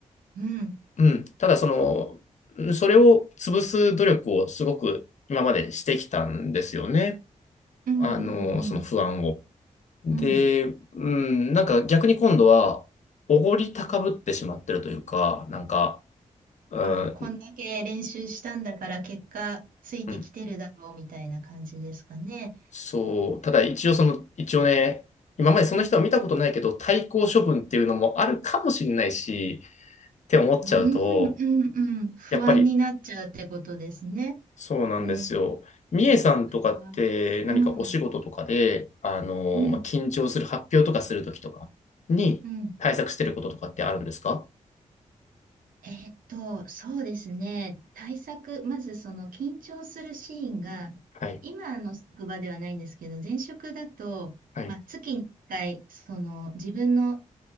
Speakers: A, on the right (about 80°); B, on the left (about 55°).
A: うん。
B: うん、ただ、その、うんそれを潰す努力をすごく今までしてきたんですよね。
A: うん。
B: あの、
A: うん。
B: その不安を。で、
A: うん。
B: うん、なんか逆に今度は、おごり高ぶってしまってるというか、なんか、うん、
A: あれ、こんだけ練習したんだから結果ついてきてるだろうみたいな感じですかね。
B: うん、そう、ただ一応その、一応ね、今までその人は見たことないけど、
A: うん。
B: 対抗処分っていうのもあるかもしれないし、って思っちゃうと、
A: うん。うん。うん不安になっちゃうってことですね。
B: やっぱり、そうなんですよ。
A: うん。
B: みえさんとかって何かお仕事とかで、
A: あ、うん。
B: あの、
A: うん。
B: まあ、緊張する発表とかするときとかに対策してることとかってあるんですか
A: うん。えーっと、そうですね。対策、まずその緊張するシーンが、
B: はい。
A: 今の職場ではないんですけど、前職だと、
B: はい。
A: まあ、月に1回、その自分の、